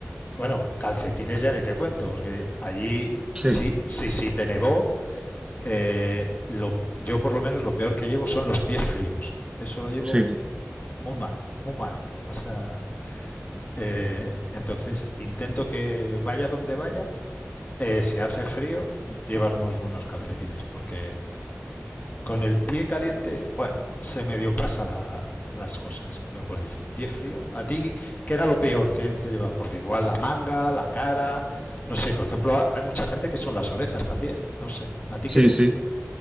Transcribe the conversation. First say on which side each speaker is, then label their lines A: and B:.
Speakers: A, on the left (about 35°); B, on the right (about 20°).
A: Bueno, calcetines ya ni te cuento, porque allí
B: Sí,
A: sí, sí, sí te nevó. eh, lo- yo por lo menos lo peor que llevo son los pies fríos. Eso lo llevo
B: sí,
A: muy mal, muy mal. O sea, eh, entonces intento que vaya donde vaya, eh, si hace frío, llevar unos buenos calcetines, porque con el pie caliente, bueno, se medio pasa la, las cosas, pero con el pie frío, a ti, ¿qué era lo peor que te llevaba? Porque igual la manga, la cara, no sé, por ejemplo, hay mucha gente que son las orejas también, no sé, ¿a ti
B: sí,
A: qué te...?
B: sí.